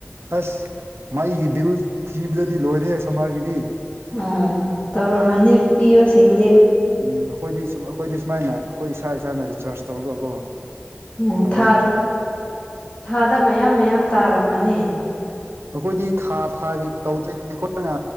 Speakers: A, on the right; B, on the left.
A: ꯑꯁ ꯃꯩꯒꯤ ꯕꯤꯜ ꯊꯤꯗ꯭ꯔꯗꯤ ꯂꯣꯏꯔꯦꯍꯦ ꯁꯝꯃꯔꯒꯤꯗꯤ
B: ꯑꯣ ꯇꯧꯔꯝꯃꯅꯤ
A: ꯑꯥ
B: ꯄꯤꯕꯁꯤꯡꯗꯤ
A: ꯎꯝ ꯑꯈꯣꯏꯗꯤ ꯁꯨꯕ ꯑꯈꯣꯏꯗꯤ ꯁꯨꯃꯥꯏꯅ ꯑꯈꯣꯏ ꯏꯁꯥ ꯏꯁꯥꯅ ꯔꯤꯆꯥꯔꯖ ꯇꯧꯔꯒꯀꯣ
B: ꯎꯝ
A: ꯇꯧꯋꯦꯕꯀꯣ
B: ꯊꯥ ꯊꯥꯗ ꯃꯌꯥꯝ ꯃꯌꯥꯝ ꯇꯥꯔꯝꯃꯅꯤ
A: ꯑꯈꯣꯏꯗꯤ ꯊꯥ ꯊꯥꯒꯤ ꯇꯧꯗ꯭ꯔꯦ ꯑꯩꯈꯣꯏꯅ